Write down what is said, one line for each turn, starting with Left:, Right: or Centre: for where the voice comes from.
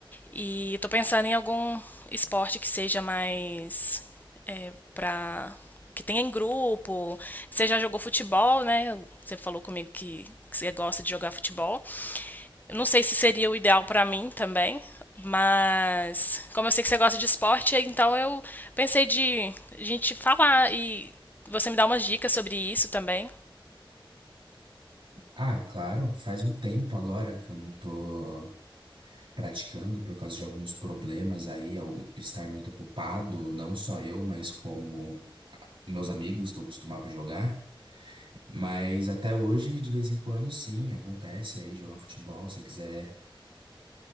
Left: E tô pensando em algum esporte que seja mais é, pra. que tenha em grupo. Você já jogou futebol, né? Você falou comigo que, que você gosta de jogar futebol. Eu Não sei se seria o ideal pra mim também, mas como eu sei que você gosta de esporte, então eu pensei de a gente falar e você me dar umas dicas sobre isso também.
Right: Ah, claro, faz um tempo agora que eu não tô praticando por causa de alguns problemas aí, ao estar muito ocupado, não só eu, mas como meus amigos que eu costumava jogar. Mas até hoje, de vez em quando, sim, acontece aí jogar um futebol, se você quiser